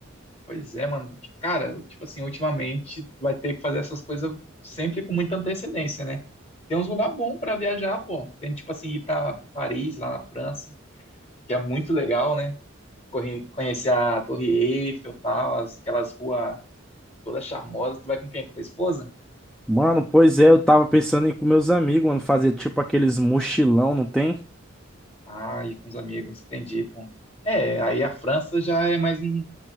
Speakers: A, on the left; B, in the centre.
A: Pois é, mano. Cara, tipo assim, ultimamente vai ter que fazer essas coisas sempre com muita antecedência, né? Tem uns lugar bom pra viajar, pô. Tem tipo assim ir pra Paris, lá na França, que é muito legal, né? Corre- conhecer a Torre Eiffel, tal, as- aquelas ruas todas charmosas. Tu vai com quem? Com a tua esposa?
B: Mano, pois é, eu tava pensando em ir com meus amigos, mano, fazer tipo aqueles mochilão, não tem?
A: Ah, e com os amigos, entendi, pô. É, aí a França já é mais um